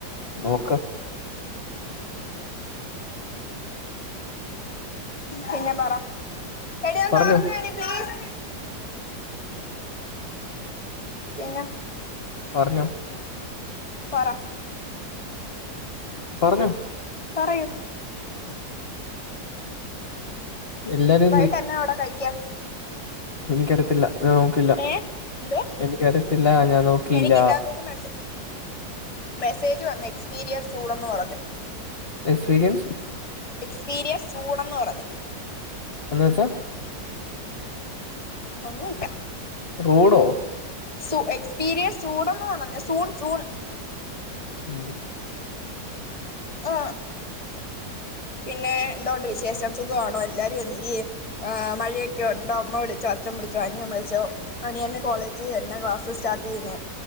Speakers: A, on the left; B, on the left.
A: നോക്ക്
B: പിന്നെ പറ എടന്ന്
A: പറഞ്ഞോ
B: തോർന്ന അടി പ്ലീസ് പിന്നെ
A: പറഞ്ഞു
B: പറ
A: പാറഗോ
B: പറയൂ
A: എല്ലാരും
B: വൈട്ട് എന്നാ അവിടെ കഴിക്കാൻ
A: എനിക്കിടുത്തില്ല നോക്കില്ല
B: ഏ എന്തോ
A: എനിക്കട ഒത്തില്ല ഞാൻ നോക്കിയില്ല
B: എനിക്ക് ഇതിന്റകത്തൂന്ന് മെസ്സേ മെസ്സേജ് വന്ന് എക്സ്പീരിയൻസ് ചൂടെന്നു പറഞ്ഞു
A: എക്സ്പീരിയൻസ്
B: എക്സ്പീരിയൻസ് ചൂടന്ന് പറഞ്ഞു
A: എന്ന് വച്ചാ
B: ഒന്നുമില്ല
A: റോഡോ
B: സൂ എക്സ്പീരിയൻസ് ചൂടന്നന്ന സൂൺ സൂൺ
A: ഉം
B: ആ പിന്നെ എന്തണ്ട് വിശേഷം സുഖമാണോ എല്ലാരും എന്ത് ചെയ്യുന്നു മഴയൊക്കെ ഉണ്ടോ അമ്മ വിളിച്ചോ അച്ഛൻ വിളിച്ചോ അനിയൻ വിളിച്ചോ അനിയെ കോളേജ് തന്നെ ക്ലാസ്സ് സ്റ്റാർട്ട് ചെയ്യുന്നേ